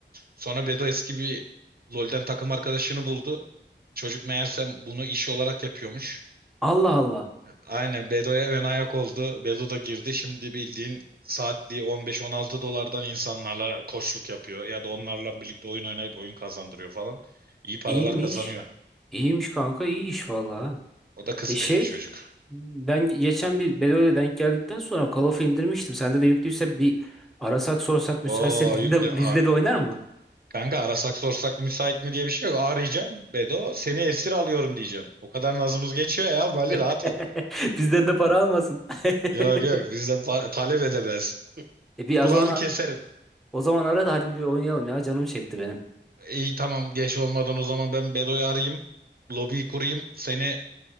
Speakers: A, on the right (about 55°); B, in the centre.
A: Sonra Bedo eski bir LoL'den takım arkadaşını buldu. Çocuk meğersem bunu iş olarak yapıyormuş.
B: Allah Allah.
A: Aynen Bedo'ya ön ayak oldu. Bedo da girdi. Şimdi bildiğin saatliği 15-16 dolardan insanlarla koçluk yapıyor. Ya da onlarla birlikte oyun oynayıp oyun kazandırıyor falan. İyi paralar
B: İyiymiş.
A: kazanıyor.
B: İyiymiş kanka. iyi iş vallahi. ha.
A: O da kısmetli
B: E şey
A: çocuk.
B: ben geçen bir Bedo'yla denk geldikten sonra Call of'u indirmiştim. Sende de yüklüyse bir arasak sorsak müsaitse
A: Oo
B: <laughs> bizle
A: yüklü.
B: de,
A: Ar
B: bizle de oynar mı?
A: Kanka arasak sorsak müsait mi diye bir şey yok. Arayacağım Bedo. Seni esir alıyorum diyeceğim. O kadar nazımız geçiyor ya. Mali
B: <laughs>
A: rahat ol.
B: Bizden de para almasın. <laughs>
A: Yok yok bizden pa- talep edemez.
B: E bir
A: Kulağını
B: az ona
A: keserim.
B: O zaman ara da hadi bir oynayalım ya. Canım çekti benim.
A: İyi tamam geç olmadan o zaman ben Bedo'yu arayayım. Lobiyi kurayım. Seni